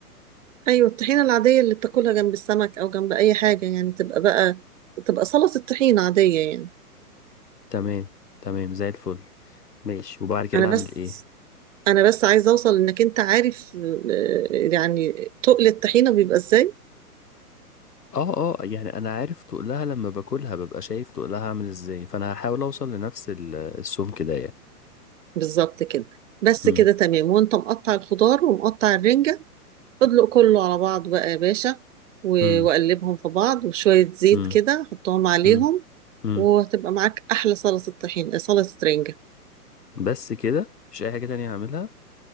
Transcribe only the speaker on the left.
تمام تمام زي الفل ماشي وبعد كده
اعمل ايه
اه اه يعني انا عارف تقلها لما باكلها ببقى شايف تقلها عامل ازاي فانا هحاول اوصل لنفس ال- السمك ده يعني
مم،
مم،
مم،
مم، مم.
بس كده مش اي حاجة تانية هعملها